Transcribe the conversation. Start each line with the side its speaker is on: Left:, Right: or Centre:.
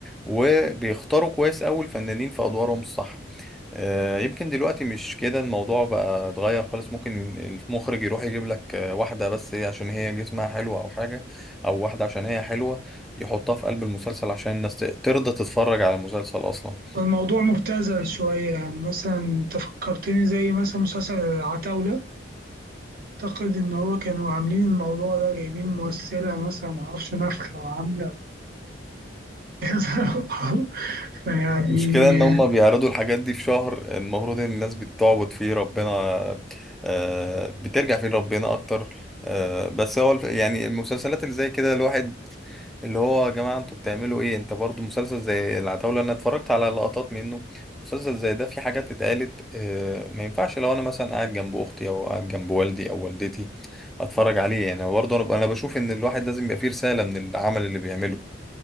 Centre: وبيختاروا كويس أوي الفنانين في أدوارهم الصح آه، يمكن دلوقتي مش كده الموضوع بقى اتغير خالص ممكن المخرج يروح يجيب لك آه، واحدة بس هي عشان هي جسمها حلو أو حاجة أو واحدة عشان هي حلوة يحطها في قلب المسلسل عشان الناس ت- ترضى تتفرج على المسلسل أصلا
Right: الموضوع مبتذل شوية يعني مثلا أنت فكرتني زي مثلا مسلسل العتاولة أعتقد إن هو كانوا عاملين الموضوع ده جايبين ممثلة مثلا معرفش نفخة وعاملة كذا <laughs> يعني
Centre: المشكلة إن هما بيعرضوا الحاجات دي في شهر المفروض إن الناس بتعبد فيه ربنا آه، بترجع فيه لربنا أكتر آه، بس هو الف- يعني المسلسلات اللي زي كده الواحد اللي هو يا جماعة أنتوا بتعملوا إيه أنت برضو مسلسل زي العتاولة أنا اتفرجت على لقطات منه مسلسل زي ده في حاجات اتقالت آه، ما ينفعش لو أنا مثلا قاعد جنب أختي أو قاعد جنب والدي أو والدتي أتفرج عليه يعني برضه أنا أنا بشوف إن الواحد لازم يبقى فيه رسالة من العمل اللي بيعمله